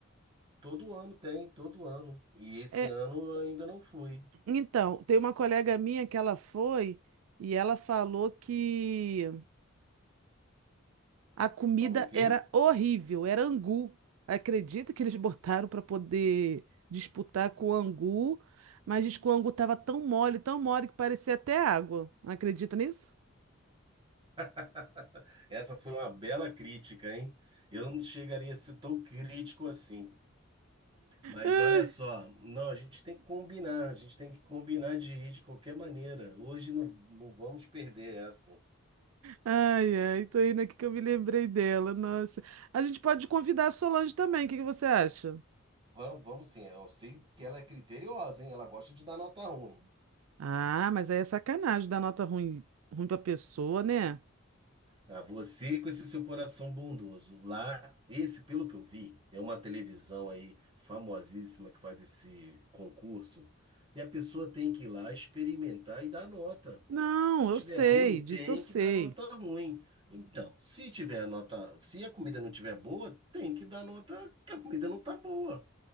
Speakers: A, on the right; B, on the right.
A: Todo ano tem, todo ano. E esse
B: É,
A: ano eu ainda não fui.
B: Então, tem uma colega minha que ela foi e ela falou que a comida
A: Falou o quê?
B: era horrível, era angu. Acredita que eles <laughs> botaram para poder disputar com o angu, mas diz que o angu estava tão mole, tão mole que parecia até água. Acredita nisso?
A: <laughs> Essa foi uma bela crítica, hein? Eu não chegaria a ser tão crítico assim. Mas
B: Ai,
A: olha só, não, a gente tem que combinar, a gente tem que combinar de ir de qualquer maneira. Hoje não, não vamos perder essa.
B: ai, ai, tô indo aqui que eu me lembrei dela, nossa. A gente pode convidar a Solange também, o que que você acha?
A: Vamos, vamos sim. Eu sei que ela é criteriosa, hein? Ela gosta de dar nota ruim.
B: Ah, mas aí é sacanagem dar nota ruim, ruim pra pessoa, né?
A: Ah, você com esse seu coração bondoso. Lá, esse, pelo que eu vi, é uma televisão aí famosíssima que faz esse concurso. E a pessoa tem que ir lá experimentar e dar nota.
B: Não,
A: Se tiver
B: eu sei,
A: ruim, tem
B: disso eu sei.
A: que dar nota ruim. Então, se tiver nota, se a comida não tiver boa, tem que dar nota que a comida não tá boa.